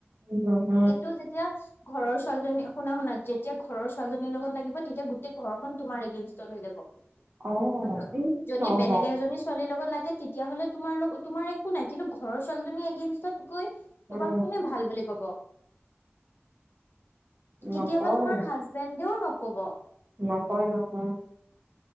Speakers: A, on the right; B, on the left.
A: উম উম
B: কিন্তু যেতি তিয়া ঘৰৰ ছোৱালজনী শুনা শুনা যেতিয়া ঘৰৰ ছোৱালীজনীৰ লগত লাগিব তেতিয়া গোটেই। ঘৰখন তোমাৰ এগেইনষ্টত হৈ যাব উম
A: অ এই
B: যদি
A: নহ'ব
B: বেলেগ এজনী ছোৱালীৰ লগত লাগে। তেতিয়া হলে তোমাৰ লগ তোমাৰ একো নাই কিন্তু ঘৰৰ ছোৱালী এগেনষ্টত গৈ তোমাক
A: উম
B: কোনে ভা ভাল বুলি ক'ব। কেতিয়াবা
A: নকয়
B: তোমাৰ হাজবেণ্ডেও নকব।
A: নকয় নকয়।